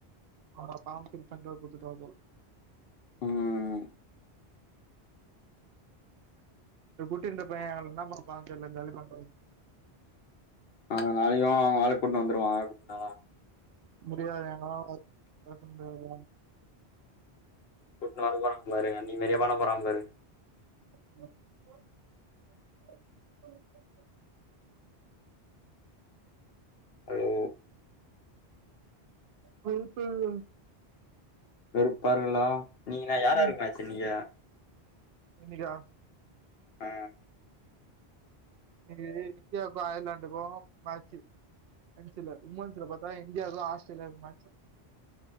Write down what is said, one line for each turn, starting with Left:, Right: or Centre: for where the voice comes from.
Right: ஆமா ஃபாம் ஃபில் பண்றதுக்கு குடுத்துட்டாகு
Left: ம்
Right: இப்ப குட்டி இருந்த பைய எங்க என்ன பன்றா தெரில காலி பன்ற
Left: ஆ நாளைக்கு அவ வேலைக் கூட்டுட்டு வந்துடுவா குடுனா
Right: முடியாது எங்களால பேச முடியாது
Left: கூட்னு வரவரும்பாரு அன்னி வெளிய வரம்பாரு
Right: ம் <unintelligible>
Left: ஹலோ
Right: சரிப்பல்
Left: வெறுப்பாருங்களா நீங்கனா யாராருக்கு
Right: ம்
Left: மேச்சு இன்னைக்கி
Right: இன்னைக்கா
Left: ஆ
Right: இன்னிக்கி இந்தியாக்கு அயர்லாண்டுக்கு மேச்சு ஜென்ஸ்ல உமன்ஸ்ல பாத்தா இந்தியாவுக்கு ஆஸ்திரேலியாக்கு மேச்சு